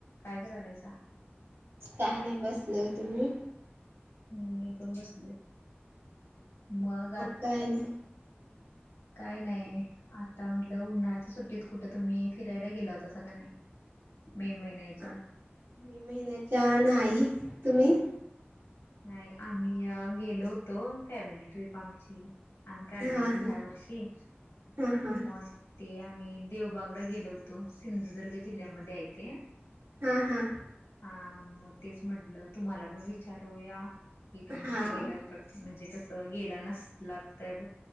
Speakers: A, on the left; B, on the right.
A: काय करायलायचा
B: काय नाही बसलय तुम्ही
A: मी पण बसले मग
B: काय नाही
A: काय नाही आता म्हटलं उन्हाळ्याच्या सुट्टीत कुठं तुम्ही फिरायला गेला होता सगळं नाही मे महिन्याच्या
B: हा मी महिन्याच्या नाही तुम्ही
A: नाही आम्ही गेलो होतो फॅमिली ट्रिप आमची आण काढली
B: हा
A: होती
B: हा
A: ह्या वर्षी
B: हा हा
A: मग ते आम्ही देवबागला गेलो होतो सिंधुदुर्ग जिल्ह्यामध्ये आहेथे
B: हा हा
A: हा मग तेच म्हटलं तुम्हाला पण विचारूया की तुम्ही
B: हा
A: कुठे
B: हा
A: गेलात म्हणजे कस गेला नसला तर